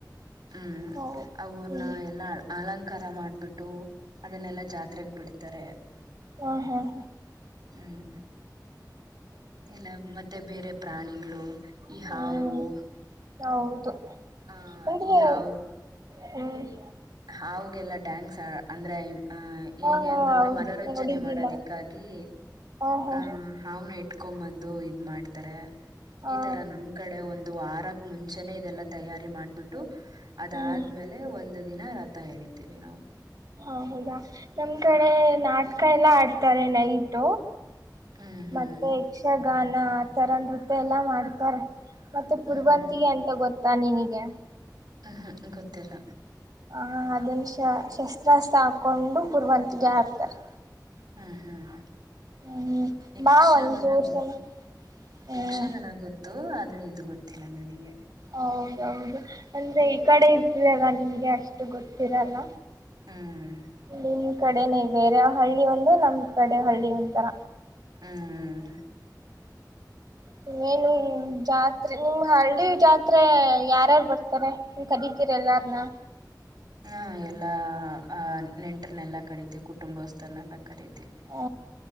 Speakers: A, on the right; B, on the right.
A: ಹ್ಮ್
B: ಹೌದು
A: ಅವ್ರನ್ನ
B: ಹ್ಮ
A: ಎಲ್ಲ ಅಲಂಕಾರ ಕರ ಮಾಡಿಬಿಟ್ಟು ಅದನ್ನೆಲ್ಲಾ ಜಾತ್ರೆಗ್ ಬಿಡ್ತಾರೆ,
B: ಹಾ ಹಾ ಹಾ ಹ್ಮ್
A: ಹ್ಮ್ ಇಲ್ಲ ಮತ್ತೆ ಬೇರೆ ಪ್ರಾಣಿಗಳು, ಯಾವು?.
B: ಹ್ಮ್ ಹೌದು
A: ಹಾ
B: ಅಂದ್ರೆ
A: ಹಾವು
B: ಹ್ಮ್
A: ಹಾಗೆಲ್ಲ ಡ್ಯಾಂಗ್ಸ್ ಅಂದ್ರೆ ಆಹ
B: ಹಾ
A: ಹೇಗೆ
B: ಹಾ
A: ಅಂತಂದ್ರೆ
B: ಹೌದು
A: ಮನೋರಂಜನೆ
B: ನೋಡಿದ್ದೀನ
A: ಮಾಡೋದಿಕ್ಕಾಗಿ,
B: ಹಾ ಹಾ
A: ಆಹ್ ಹಾವ್ನ ಇಟ್ಕೊ್ ಬಂದು ಇದ್ ಮಾಡ್ತಾರೆ
B: ಹಾ
A: ಈ ತರ ನಮ್ ಕಡೆ ಒಂದು ಇದು ವಾರಕ್ ಮುಂಚೆನೆೇ ಇದೆಲ್ಲ ತಯಾರಿ ಮಾಡ್ಬಿಟ್ಟು, ಅದಾದ್ಮೇಲೆ
B: ಹ್ಮ್
A: ಒಂದು ದಿನ ರತ ಹೇಳಿತೀವಿ ನಾವು.
B: ಹ ಹೌದಾ ನಮ್ ಕಡೆ ನಾಟಕ ಎಲ್ಲಾ ಆಡ್ತಾರೆ ನೈಟು,
A: ಹ್ಮ್ ಹ್ಮ್
B: ಮತ್ತೆ ಯಕ್ಷ ಗಾನ ಆ ತರ ನೃತ್ಯ ಎಲ್ಲಾ ಮಾಡ್ತಾರೆ. ಮತ್ತೆ ಪರುವಂತಿಗೆ
A: ಹ್ಮ್
B: ಎಂತ ಗೊತ್ತ ತಾನಿನಿಗೆ
A: ಹ ಹಾ ಗೊತ್ತಿಲ್ಲ.
B: ಹ ಅದನ್ ಶ ಶಸ್ತ್ರಾಸ್ತ್ರ ಹಾಕೊಂಡು ಕುರುವಂತಗೆ ಆಡ್ತಾರೆ.
A: ಹ್ಮ್ ಹ್ಮ್
B: ಹ್ಮ್
A: ಯಕ್ಷಗಾನ
B: ಬಾ ಒಂದ್ಚೂರ್
A: ಗೊ
B: ಸಲ ಹ್ಮ್
A: ಯಕ್ಷಗಾನ ಗೊತ್ತು ಆದ್ರೆ ಇದು ಗೊತ್ತಿಲ್ಲ ನನಗೆ.
B: ಹೌದೌದು ಅಂದ್ರೆ ಈ ಕಡೆ ಇರ್ತರಲ್ಲ ನಿಮ್ಗೆ ಅಷ್ಟು ಗೊತ್ತಿರಲ್ಲ.
A: ಹ್ಮ್
B: ನಿಮ್ ಕಡೆನೆೇ ಬೇರೆ ಹಳ್ಳಿ, ಒಂದು ನಮ ಕಡೆ ಹಳ್ಳಿ ಒಂತರ.
A: ಹ್ಮ್
B: ನೀಏನು ಜಾತ್ರೆ ನಿಮ್ ಹಳ್ಳಿ ಜಾತ್ರೆ ಯಾರ್ಯಾರು ಬರ್ತಾರೆ? ನೀ ಕರಿತೀರ ಎಲ್ಲಾರನ್ನ
A: ಹಾ ಎಲ್ಲಾ ಅಹ್ ನೆಂಟರ್ನೆೆಲ್ಲ ಕರಿತಿವ, ಕುಟುಂಬಸ್ಥರನ್ನೆಲ್ಲ ಕರೀತಿವಿ
B: ಹ